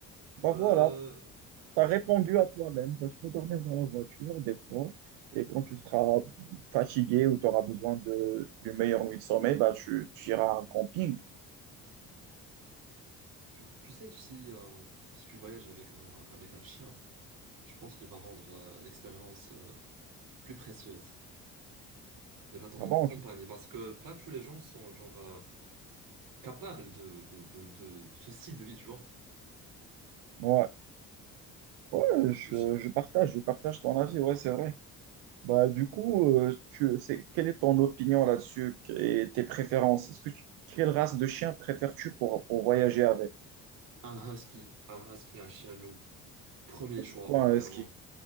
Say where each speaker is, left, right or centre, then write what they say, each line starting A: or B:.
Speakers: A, on the right; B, on the right.
A: Bah
B: Euh,
A: voilà, tu as répondu à toi-même. Bah, tu vas dormir dans la voiture des fois. Et quand tu seras fatigué ou tu auras besoin de, d'une meilleure nuit de sommeil, bah, tu, tu iras à un camping.
B: tu, tu sais, si, euh, si tu voyages avec un, avec un chien, je pense qu'il va rendre euh, l'expérience euh, plus précieuse. Il va te rendre
A: Ah bon,
B: compagnie
A: tu-
B: parce que pas tous les gens sont genre euh, capable de, de, de, de ce style de vie, tu vois.
A: ouais, ouais je,
B: Le chi-
A: je partage, je partage ton avis, ouais, c'est vrai. Bah, du coup, euh, tu, c'est, quelle est ton opinion là-dessus et tes préférences? Est-ce que tu- quelle race de chien préfères-tu pour, pour voyager avec?
B: Un husky, un husky, un chien loup, premier
A: Mais
B: choix,
A: pourquoi
B: vraiment.
A: un husky?